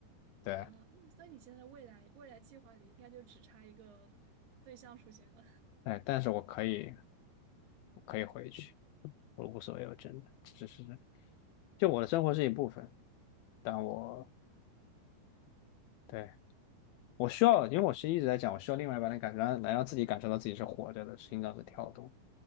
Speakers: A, on the left (about 85°); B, on the right (about 75°).
A: 对，
B: 啊，嗯所以你现在未来未来计划里应该就只差一个对象出现了。
A: 哎，但是我可以，我可以回去，我无所谓，我真的只是就我的生活是一部分，但我对我需要，因为我是一直在讲，我需要另外一半的感，觉，来让自己感受到自己是活着的，心脏是跳动，